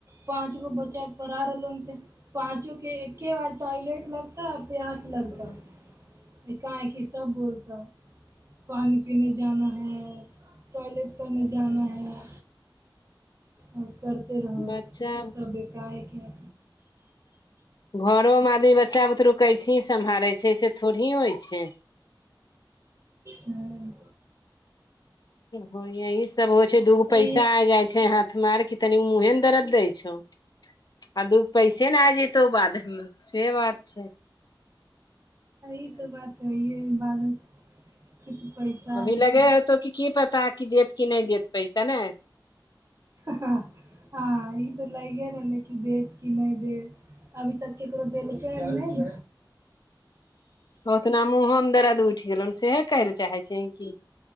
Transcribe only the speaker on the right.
पाँच गो बच्चा पढ़ रहलोे पाँचो के एके बार टॉयलेट लगता आ प्यास लगता। एका एकी सब बोलतौ पानि पीने जाना है टॉयलेट करने जाना है। आओर करते रहब
सब एकारायके।
हँ
ई
इ त बात सइये ह बाद किछ पैसा
एते
ह ह ई त लगर लै कि देव की नहि देत अभी तक ककरो देेलक य नइ नऽ